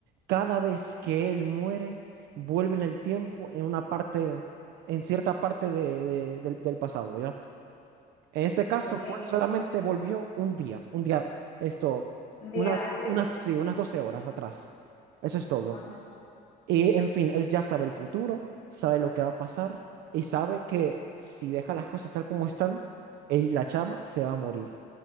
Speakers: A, on the right; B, on the left.
A: Cada vez que él muere, vuelve en el tiempo en una parte, en cierta parte de- de- del, del pasado, ¿ya? En este caso
B: Oye,
A: fue solamente volvió un día, un día, esto,
B: un día
A: unas,
B: antes.
A: unas, sí, unas 12 horas atrás. Eso es todo.
B: Ajá.
A: Y en fin, él ya sabe el futuro, sabe lo que va a pasar y sabe que si deja las cosas tal como están, él, la chama se va a morir.